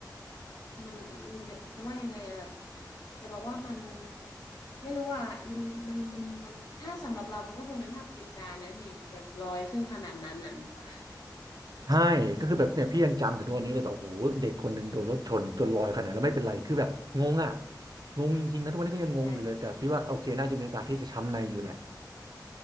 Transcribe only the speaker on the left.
มันมันจะจะว่ายังไงอะแบบจะบอกว่ามันไม่รู้ว่ามันมันมันมันถ้าสำหรับเรามันก็คงเป็นภาพติดตานะพี่แบบลอยขึ้นขนาดนั้นน่ะหนูว่า
ใช่